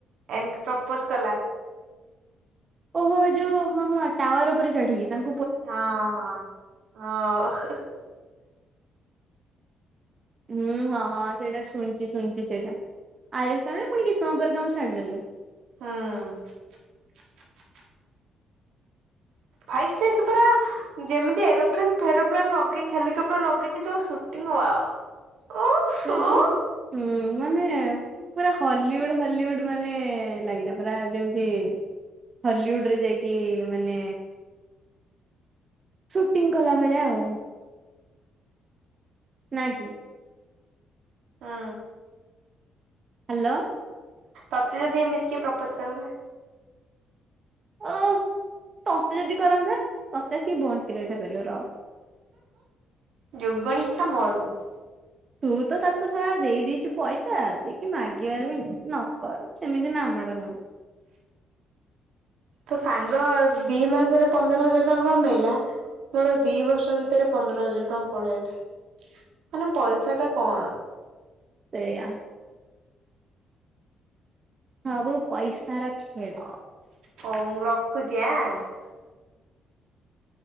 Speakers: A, on the right; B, on the right.
A: ଏନେ ପ୍ରପୋଜ କଲା।
B: ଓହୋ ଯୋଉ ହଁ ହ ଟାୱାର ଉପରେ ଚଢିକି ତା
A: ହଁ ହଁ ହଓ।
B: ହୁଁ ହଁ ହଁ ସେଇଟା ଶୁଣିଛି ଶୁଣିଛି ସେଇଟା ଆଇରେ ପୁଣି କିଛି ସମୟ ପରେ ତା ଛାଡିଦେଲେ।
A: ହଁ। ଭାଇସେ କେ ପୁରା ଯେମିତି ଏରୋପ୍ଲେନ ଫେରୋପ୍ଲେନ ଲଗେଇକି ହେଲିକପ୍ଟର ଲଗେଇକି ଯୋଉ ସୁଟିଂ ୱାଓ। ଉଫ୍
B: ସେଯୋଉ
A: ଉଫ୍
B: ହୁଁ ମାନେ ପୁରା ହଲିଉଡ ହଲିଉଡ ମାନେ ଲାଗିଲା ପୁରା ଯେମିତି ହଲିଉଡ ରେ ଯାଇକି ମାନେ ସୁଟିଂ କଲା ଭଳିଆ ଆଉ ନାଇ କି
A: ହୁଁ
B: ହ୍ୟାଲୋ
A: ତତେ ଯଦି ଏମିତି କିଏ ପ୍ରପୋଜ କର
B: ଓ ତତେ ଯଦି କରନ୍ତା ତତେ ଆସିକି ବଣ୍ଟି ରହିଥା କରିବ ର।
A: !!!!!!!!!!
B: !!!!!!!!!!
A: ତୋ ସାଙ୍ଗ ଦି ମାସରେ ପନ୍ଦର ହଜାର ଟଙ୍କା କମେଇଲା। ମୋର ଦି ବର୍ଷ ଭିତରେ ପନ୍ଦର ହଜାର ଟଙ୍କା ପଳେଇଲା ମାନେ ପଇସା ଟା କଣ।
B: ସେଇଆ। ସବୁ ପଇସାର ଖେଳ।
A: ହଉ ମୁଁ ରଖୁଛି ଆଁ।